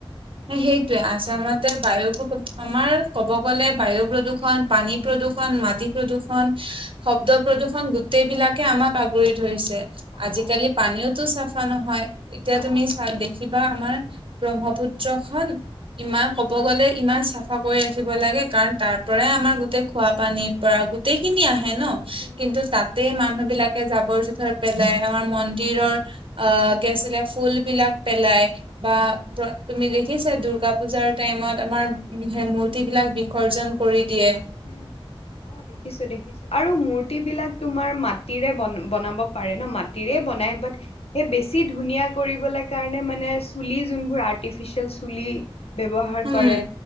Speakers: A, on the right (about 60°); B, on the left (about 80°).
A: সেইটোৱে আচামতে বায়ু প্ৰদূষণ আমাৰ ক'ব গ'লে বায়ু প্ৰদূষণ পানী প্ৰদূষণ মাটি প্ৰদূষণ শব্দ প্ৰদূষণ গোটেইবিলাকে আমাক আগুৰি ধৰিছে
B: অ
A: আজিকালি
B: অ
A: পানীওতো চাফা নহয় এতিয়া
B: অ
A: তুমি চা দেখিবা আমাৰ ব্ৰহ্মপুত্ৰ পুত্ৰখন ইমান ক'ব গ'লে ইমান চাফা কৰি ৰাখিব লাগে কাৰণ তাৰ পৰাই আমাৰ গোটেই খোৱা পানীৰ পৰা গোটেই খিনি আহে ন
B: হম
A: কিন্তু
B: হম
A: তাত গোটেই মানুহ বিলাকে জাবৰ জোথৰ পেলাই আমাৰ মন্দিৰৰ আ কি আছিলে ফুল বিলাক পেলাই বা
B: হম হম
A: তুমি দেখিছা দূৰ্গা পূজাৰ টাইমত আমাৰ সেই মূৰ্তি বিলাক বিসৰ্জন কৰি দিয়ে
B: উম হুম হুম অ দেখিছো দেখিছো আৰু মূৰ্তি বিলাক তোমাৰ মাটিৰে বন বনাব পাৰে ন মাটিৰে বনাই বাত সেই বেছি ধুনীয়া কৰিবলে কাৰণে মানে চুলি যোনবোৰ আৰ্টিফিচিয়েল চুলি ব্যৱহাৰ
A: উম
B: কৰে